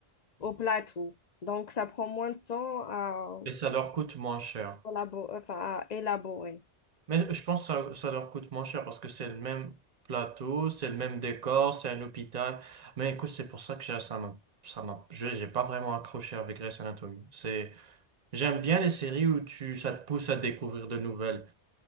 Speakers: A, on the left (about 50°); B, on the right (about 40°).
A: au plateau. Donc, ça prend moins de temps à,
B: Et ça leur coûte moins cher.
A: collabo- enfin, à élaborer.
B: Mais je pense que ça, ça leur coûte moins cher parce que c'est le même plateau, c'est le même décor, c'est un hôpital. Mais écoute, c'est pour ça que j'ai- ça m'a, ça m'a, je- j'ai pas vraiment accroché avec Grey's Anatomy. C'est, j'aime bien les séries où tu, ça te pousse à découvrir de nouvelles,